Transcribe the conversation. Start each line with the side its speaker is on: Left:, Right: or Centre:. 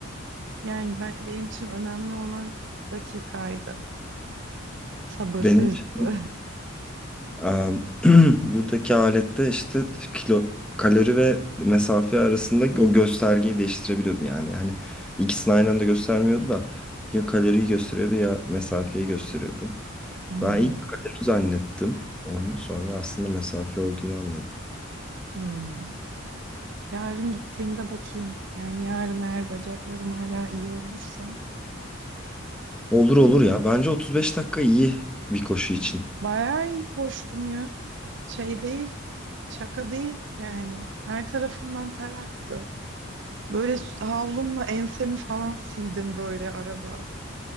Right: Yani ben, benim için önemli olan dakikaydı. Sabır
Centre: Benim
Right: testi.
Centre: şey,
Right: <laughs>
Centre: em, <clears throat> buradaki alette işte kilo kalori ve mesafe arasında o göstergeyi değiştirebiliyordu yani. Hani ikisini aynı anda göstermiyordu da ya kaloriyi gösteriyordu ya mesafeyi gösteriyordu.
Right: Hmm,
Centre: Ben ilk kalori zannettim onu sonra aslında mesafe olduğunu anladım.
Right: hmm. Yarın gittiğimde bakayım. Yani yarın eğer bacaklarım hala iyi olursa.
Centre: Olur olur ya bence 35 dakika iyi bir koşu için.
Right: Bayağı iyi koştum ya. Şey değil, şaka değil yani. Her tarafımdan ter aktı. Böyle havlumla ensemi falan sildim böyle arada.